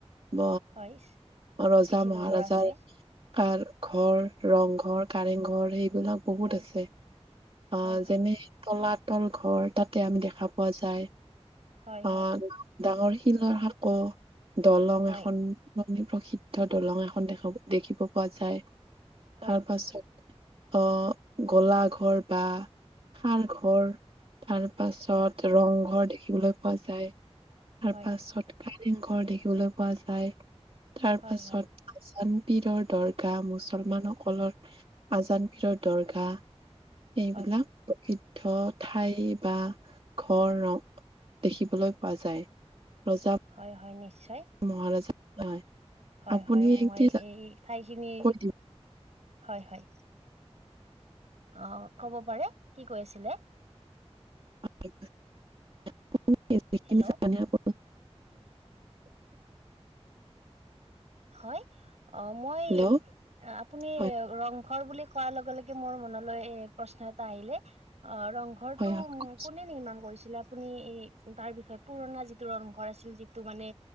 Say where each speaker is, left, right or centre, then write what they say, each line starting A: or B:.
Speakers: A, on the right; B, on the right.
A: ব
B: হয় কীৰ্তি
A: ৰজা
B: চিহ্নবোৰ
A: মহাৰজাই
B: আছে
A: কাৰ ঘৰ ৰংঘৰ কাৰেং ঘৰ সেইবিলাক বহুত
B: হয়
A: আছে অ
B: হয় হয়
A: যেনে তলাত তল ঘৰ তাতে আম দেখা পোৱা যায়
B: হয়
A: অহ ডাঙৰ শিলৰ সাঁকো দলং
B: হয়
A: এখন পুৰণি প্ৰসিদ্ধ দলং এখন দেখা দেখিব পোৱা যায়
B: হয়
A: তাৰ পাছত অ গলা ঘৰ বা সাৰ ঘৰ তাৰ পাছত
B: হয় হয়
A: ৰংঘৰ দেখিবলৈ পোৱা যায় তাৰপাছত
B: হয়
A: কাৰেং ঘৰ দেখিবলৈ পোৱা যায় তাৰ
B: হয়
A: পাছত
B: হয়
A: আচান পীৰৰ দৰগাহ মুছলমানসকলৰ আজানপীৰৰ দৰগাহ এইবিলাক
B: হয়
A: প্ৰসিদ্ধ ঠাই বা ঘৰ ৰং দেখিবলৈ পোৱা যায় ৰজা
B: হয় হয় নিশ্চয়
A: মহাৰাজা হয়
B: হয়
A: আপুনি
B: হয় মই
A: কি
B: এই ঠাইখিনি
A: কৈ দিব
B: হয় হয় অ ক'ব পাৰে কি কৈছিলে
A: <unintelligible>
B: হেল্ল' হয় অ মই
A: হেল্ল'
B: অ আপুনি
A: হয়
B: ৰংঘৰ বুলি কোৱাৰ লগে লগে মোৰ মনলৈ এ প্ৰশ্ন এটা আহিলে অ ৰংঘৰটো
A: হয় হয়
B: কোনে নিৰ্মাণ কৰিছিলে আপুনি এই তাৰ বিষয়ে পুৰণা যিটো ৰংঘৰ আছিল যিটো মানে